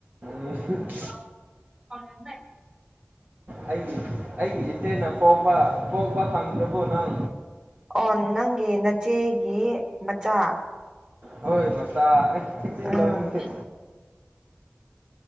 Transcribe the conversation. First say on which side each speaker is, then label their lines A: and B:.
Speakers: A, on the right; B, on the right.
A: ꯅꯨꯡꯁꯤꯠ
B: <inaudible>
A: ꯑꯩꯒꯤ ꯑꯩꯒꯤ ꯏꯆꯦꯅ ꯄꯣꯛꯄ ꯄꯣꯛꯄ ꯈꯪꯗ꯭ꯔꯕꯨ ꯅꯪ
B: ꯑꯣ ꯅꯪꯒꯤ ꯅꯆꯦꯒꯤ ꯃꯆꯥ
A: ꯍꯣꯏ ꯃꯆꯥ ꯍꯦꯟꯗꯤ
B: ꯑ
A: ꯂꯣꯟꯁꯦ꯫